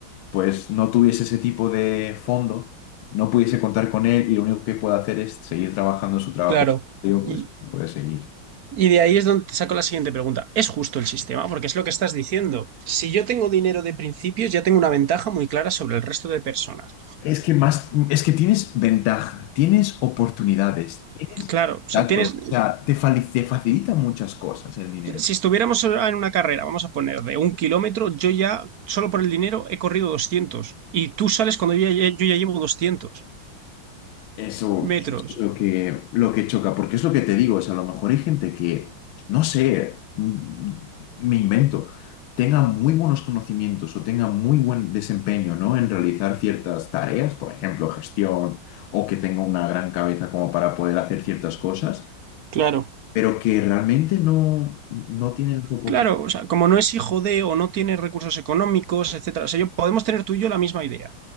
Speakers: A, on the left; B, on the right.
A: pues no tuviese ese tipo de fondo, no pudiese contar con él y lo único que puede hacer es seguir trabajando en su trabajo,
B: Claro.
A: digo,
B: Y,
A: pues puede seguir.
B: y de ahí es donde te saco la siguiente pregunta. ¿Es justo el sistema? Porque es lo que estás diciendo. Si yo tengo dinero de principios, ya tengo una ventaja muy clara sobre el resto de personas.
A: Es que más, es que tienes ventaja, tienes oportunidades, tienes
B: Claro,
A: contactos,
B: o sea, tienes,
A: o sea, te, fali- te facilita muchas cosas el dinero.
B: Si estuviéramos en una carrera, vamos a poner de un kilómetro, yo ya, solo por el dinero, he corrido 200. Y tú sales cuando yo ya, yo ya llevo 200
A: Eso
B: metros.
A: es lo que, lo que choca, porque es lo que te digo, o sea, a lo mejor hay gente que, no sé, mm, me invento, tenga muy buenos conocimientos o tenga muy buen desempeño, ¿no? En realizar ciertas tareas, por ejemplo, gestión, o que tenga una gran cabeza como para poder hacer ciertas cosas,
B: Claro.
A: pero que realmente no, no tienen esa oportunidad.
B: Claro, o sea, como no es hijo de o no tiene recursos económicos, etcétera. O sea, yo, podemos tener tú y yo la misma idea.